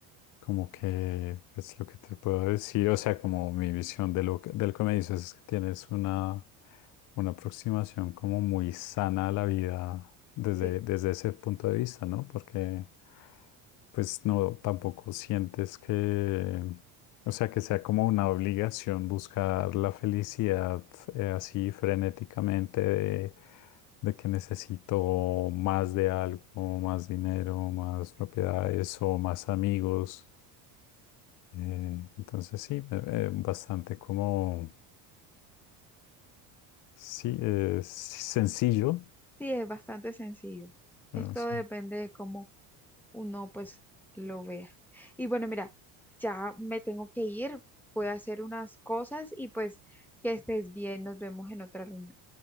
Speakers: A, on the left (about 45°); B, in the centre.
A: Como que es lo que te puedo decir, o sea, como mi visión de lo que, del que me dices es que tienes una, una aproximación como muy sana a la vida desde,
B: Sí,
A: desde ese punto de vista, ¿no? Porque pues no, tampoco sientes que, o sea, que sea como una obligación buscar la felicidad eh, así frenéticamente de de que necesito más de algo, más dinero, más propiedades o más amigos. Eh, entonces sí, eh, eh, bastante como, sí, eh, sencillo.
B: sí, es bastante sencillo.
A: Ah,
B: Esto
A: sí.
B: depende de cómo uno pues lo vea. Y bueno, mira, ya me tengo que ir, voy a hacer unas cosas y pues que estés bien, nos vemos en otra reunión.